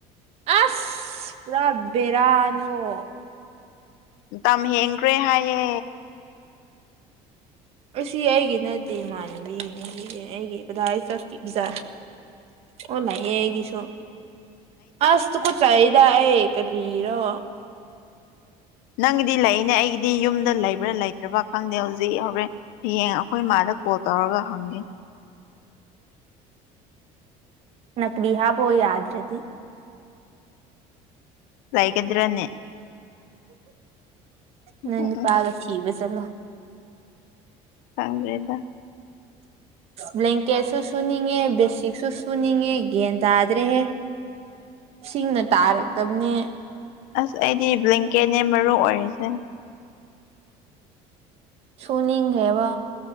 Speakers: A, on the right (about 45°); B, on the left (about 75°).
A: ꯑꯁ ꯄꯨꯔꯥꯅꯤꯉꯣ
B: ꯇꯝ ꯍꯦꯡꯈ꯭ꯔꯦ ꯍꯥꯏꯌꯦ
A: ꯑꯁꯤ ꯑꯩꯒꯤ ꯅꯠꯇꯦ ꯏꯃꯥꯟꯅꯕꯤ ꯑꯩꯒꯤ ꯀꯗꯥꯏ ꯆꯠꯈꯤ ꯕꯖꯥꯠ ꯑꯣ ꯂꯩꯌꯦ ꯑꯩꯒꯤꯁꯨ ꯑꯁ ꯇꯨꯀꯆꯩꯗ ꯑꯩ ꯀꯔꯤꯔꯣ
B: ꯅꯪꯒꯤꯗꯤ ꯂꯩꯏꯅꯦ ꯑꯩꯒꯤꯗꯤ ꯌꯨꯝ ꯗ ꯂꯩꯕ꯭ꯔꯥ ꯂꯩꯇ꯭ꯔꯥ ꯈꯪꯗꯦ ꯍꯧꯖꯤꯛ ꯍꯣꯔꯦꯟ ꯍꯌꯦꯡ ꯑꯩꯈꯣꯏ ꯃꯥꯗ ꯀꯣꯜ ꯇꯧꯔꯒ ꯍꯪꯒꯦ <inaudible>
A: ꯅꯀꯀ꯭ꯂꯤ ꯍꯥꯞꯄ ꯌꯥꯗ꯭ꯔꯗꯤ
B: ꯂꯩꯒꯗ꯭ꯔꯅꯦ
A: ꯅꯣꯏ
B: ꯎꯝ
A: ꯅꯨꯄꯥꯒ
B: ꯎꯝ
A: ꯊꯤꯕ ꯆꯠꯂꯣ
B: ꯈꯪꯗꯔꯦꯗ
A: ꯕ꯭ꯂꯦꯡꯀꯦꯠꯁꯨ ꯁꯨꯅꯤꯡꯉꯦ ꯕꯦꯁꯤꯛꯁꯨ ꯁꯨꯅꯤꯡꯉꯦ ꯒ꯭ꯌꯥꯟ ꯇꯥꯗ꯭ꯔꯦꯍꯦ ꯁꯤꯡꯅ ꯇꯥꯔꯛꯇꯕꯅꯦ
B: ꯑꯁ ꯑꯩꯗꯤ ꯕ꯭ꯂꯦꯡꯀꯦꯠꯅꯦ ꯃꯔꯨ ꯑꯣꯏꯔꯤꯁꯦ
A: ꯁꯨ ꯅꯤꯡꯈ꯭ꯔꯦꯕ